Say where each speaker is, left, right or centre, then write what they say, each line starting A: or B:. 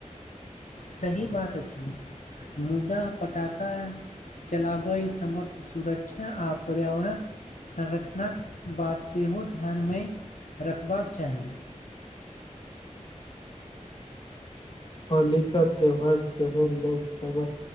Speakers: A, on the left (about 75°); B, on the left (about 40°).
A: सही बात अछि मुदा पटाखा। चलाबय समक्त, सुरक्षा आ पर्यावरण संरचनाकऽ बात सेहो ध्यानमे रखबाक चाही।
B: होली का त्यौहार सेहो लोकसभ।